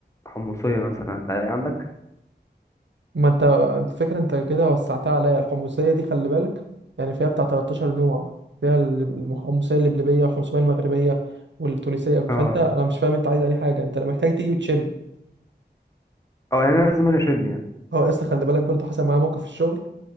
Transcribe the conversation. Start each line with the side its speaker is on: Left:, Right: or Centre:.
Left: حمصيه مثلا هتلاقي عندك
Right: ما انت انت فكره انت كده وسعتها عليا الحمصيه دي خلي بالك يعني فيها بتاع 13 نوع فيها ال- الحمصيه اللبلبيه والحمصيه المغربيه والتونسيه
Left: اه
Right: فانت انا مش فاهم انت عايز اي حاجه انت محتاج تيجي وتشم
Left: اه يعني انا لازم اجي اشم يعني
Right: اه لسه خلي بالك برضو حصل معايا موقف في الشغل